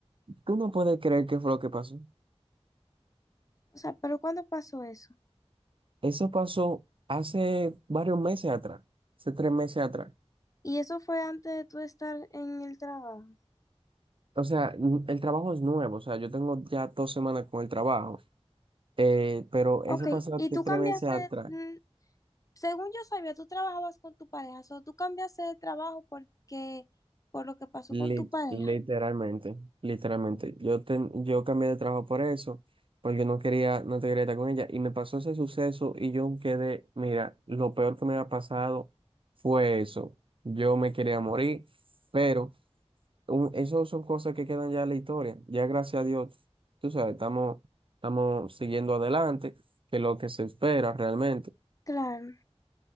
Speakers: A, on the right; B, on the left.
A: Tú no puedes creer qué fue lo que pasó.
B: O sea, pero ¿cuándo pasó eso?
A: Eso pasó hace varios meses atrás, hace tres meses atrás.
B: Y eso fue antes de tú estar en el trabajo.
A: O sea, n- el trabajo es nuevo, o sea, yo tengo ya dos semanas con el trabajo, eh, pero eso
B: Ok,
A: pasó hace
B: y tú
A: tres
B: cambiaste,
A: meses atrás.
B: mm, según yo sabía, tú trabajabas con tu pareja, o tú cambiaste de trabajo porque, por lo que pasó
A: Lit-
B: con tu pareja.
A: literalmente, literalmente. Yo, ten- yo cambié de trabajo por eso, porque no quería, no te quería estar con ella. Y me pasó ese suceso y yo quedé, mira, lo peor que me había pasado fue eso. Yo me quería morir, pero un, eso son cosas que quedan ya en la historia. Ya gracias a Dios, tú sabes, estamos, estamos siguiendo adelante, que es lo que se espera realmente.
B: Claro,